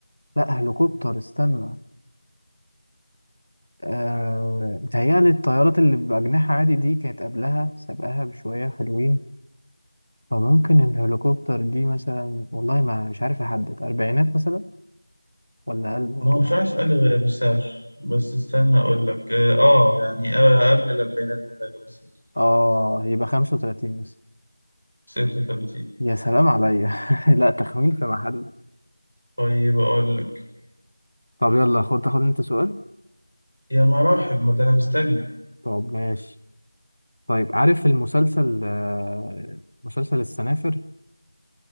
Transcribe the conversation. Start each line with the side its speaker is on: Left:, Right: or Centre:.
Left: لا هليكوبتر استنى آه متهيألي الطيارات اللي بأجنحة عادي دي كانت قبلها سابقاها بشوية حلوين فممكن الهليكوبتر دي مثلا والله ما مش عارف أحدد أربعينات مثلا ولا أقل من
Right: ما
Left: كده
Right: هو بصراحة سؤال غ- مش سهل بس استنى أقول لك آه آه، يعني آه قبل الأربعينات بحاجة بسيطة
Left: آه يبقى خمسة وتلاتين مثلا
Right: 36
Left: يا سلام عليا <laughs> لا تخمين في محله
Right: طيب أقول لك
Left: طب يلا خد تاخد أنت سؤال
Right: يا مراحب ما ده أنا مستني
Left: طب ماشي طيب عارف المسلسل آه، مسلسل السنافر